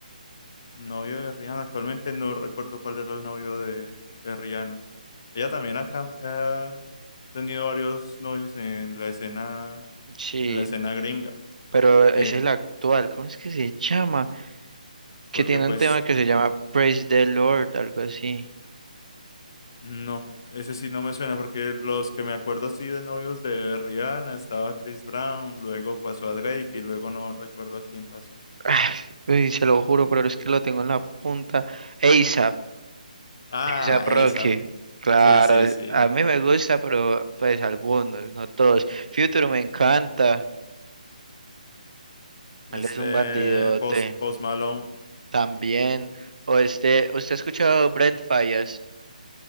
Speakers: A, on the left; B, on the right.
A: Novio de Rihanna, actualmente no recuerdo cuál era el novio de, de Rihanna. Ella también ha, cam- ha tenido varios novios en la escena,
B: Sí,
A: en la escena gringa,
B: pero ese
A: que,
B: es el actual. ¿Cómo es que se llama? Que
A: porque
B: tiene
A: pues
B: un tema que se llama Praise the Lord, algo así. <sighs>
A: no, ese sí no me suena, porque los que me acuerdo así de novios de Rihanna estaba Chris Brown, luego pasó a Drake y luego no recuerdo a quién pasó.
B: Ah, uy, se lo juro, pero es que lo tengo en la punta. ASAP,
A: Ah,
B: ASAP
A: ASAP.
B: Rocky. Claro,
A: Sí, sí, sí.
B: a mí me gusta, pero pues algunos, no todos. Future me encanta.
A: Este,
B: Él es un bandidote.
A: Post, Post Malone.
B: También, o este, ¿usted ha escuchado Brent Fallas?